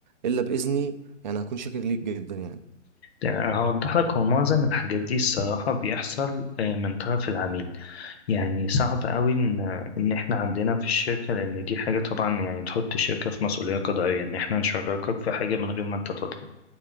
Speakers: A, on the right (about 40°); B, on the left (about 55°).
A: الا باذني يعني هكون شاكر ليك جدا يعني
B: يعني هوضح لك هو معظم الحاجات دي الصراحة بيحصل آه، من طرف العميل يعني صعب قوي إن إن إحنا عندنا في الشركة لأن دي حاجة طبعا يعني تحط الشركة في مسؤولية قضائية إن إحنا نشاركك في حاجة من غير ما أنت تطلب